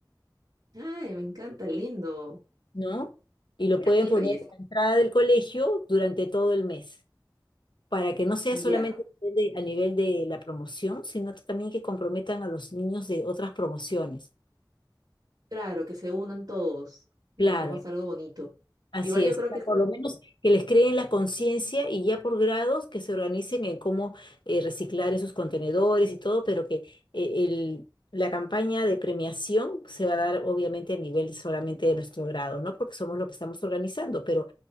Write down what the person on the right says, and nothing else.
Ay, me encanta, lindo.
Creativa
y
es.
Ya,
claro, que se unan todos y
hacemos algo bonito.
Igual
yo creo
que eso-